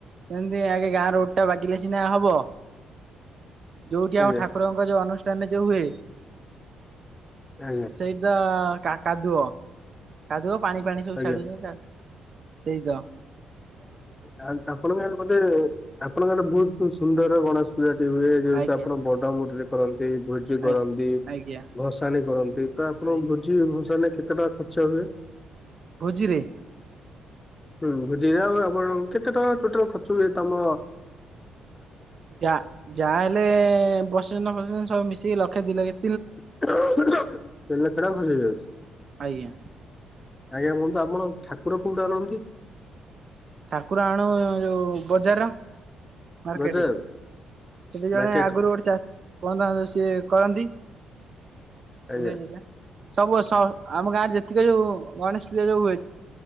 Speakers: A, on the right; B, on the left.
A: ସେମିତି ଆଗେ ଗାଁ ରୋଡ ଟା ବାଗିଲେ ସିନା ହବ।
B: <inaudible>
A: ଯୋଉଠି
B: ଆଜ୍ଞା
A: ଆମ ଠାକୁରଙ୍କ ଯୋଉ ଅନୁଷ୍ଠାନରେ ଯୋଉ ହୁଏ।
B: ଆଜ୍ଞା
A: ସେଇଡା କା କାଦୁଅ। କାଦୁଅ ପାଣି ଫାଣି ସବୁ
B: ଆଜ୍ଞା।
A: ଛାଡୁଛନ୍ତି, ସେଇ ତ।
B: ଆଜ୍ଞା, ଆପଣମାନେ ବୋଧେ ଆପଣମାନେ ବହୁତ ସୁନ୍ଦର ଗଣେଶ, ପୂଜାଟି ହୁଏ, ଯେହେତୁ
A: ଆଜ୍ଞା।
B: ଆପଣ ବଡ ମୂର୍ତ୍ତିଟେ କରନ୍ତି, ଭୋଜି କରନ୍ତି।
A: ଆଜ୍ଞା ଆଜ୍ଞା
B: ଭସାଣି କରନ୍ତି ତ, ଆପଣ
A: ଆଜ୍ଞା
B: ଭୋଜି ଭସାଣିରେ କେତେ ଟଙ୍କା ଖର୍ଚ୍ଚ ହୁଏ?
A: ଭୋଜିରେ?
B: ହୁଁ, ଭୋଜିିରେ ଆମର କେତେ ଟଙ୍କା ଟୋଟାଲ ଖର୍ଚ୍ଚ ହୁଏ ତମର
A: ଯା ଯାହା ହେଲେ, ପ୍ରୋସେସନ ଫୋସେଶନ ସବୁ ମିଶେଇକି ଲକ୍ଷେ ଦି ଲକ୍ଷେ
B: ତିନି ଲକ୍ଷ ଟଙ୍କା ଖର୍ଚ୍ଚ ହେଇଯାଉଛି।
A: ଆଜ୍ଞା
B: ଆଜ୍ଞା, କୁହନ୍ତୁ ଆପଣ ଠାକୁର କଉଠୁ ଆଣନ୍ତି?
A: ଠାକୁର ଆଣୁ ଯୋଉ ବଜାର? ମାର୍କେଟ,
B: ବଜାରରୁ
A: ସେଠି ଜଣେ
B: ମାର୍କେଟରୁ
A: ଆଗରୁ <unintelligible> କଣ ସେ କରନ୍ତି ମୂର୍ତ୍ତି
B: ଆଜ୍ଞା
A: ଦେଖିଆ। ସବୁ ବର୍ଷ ଆମ ଗାଁରେ ଯେତିକି ଯୋଉ ଗଣେଶ ପୂଜା ଯୋଉ ହୁଏ।